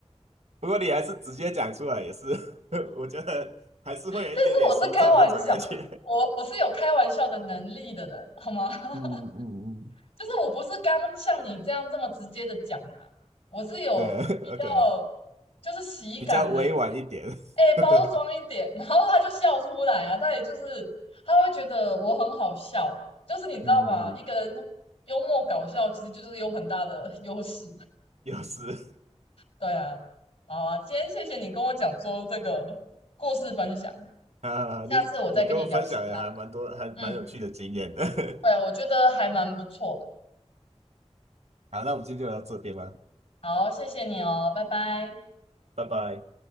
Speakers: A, on the right (about 70°); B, on the left (about 65°).
A: 不过你还是直接讲出来，也是，<laughs> 我觉得还是会有一点点心痛的那种感觉。
B: 但是我是开玩笑，我我是有开玩笑的能力的人，好吗？
A: <laughs>
B: <laughs>
A: 嗯嗯嗯，
B: 就是我不是刚像你这样这么直接的讲嘛，我是有比较
A: <laughs> 对，OK，
B: 就是喜感的，
A: 比较委婉一点，
B: 哎、
A: <laughs> 对，
B: 包装一点，然后他就笑出来啊，他也就是他会觉得我很好笑啊，就是你知道吗？
A: 嗯嗯嗯，
B: 一个人幽默搞笑其实就是有很大的优势，
A: 有时
B: 对啊，好啊，今天谢谢你跟我讲说这个故事分享，
A: <laughs> 啊，
B: 下次我再跟你聊其他的
A: 你你跟我分享了还蛮多，还蛮有趣的经验的。
B: 嗯。对，我觉得还蛮不错的。
A: <laughs> 好，那我们今天就聊到这边吧，
B: 好，谢谢你哦，拜拜。
A: 拜拜。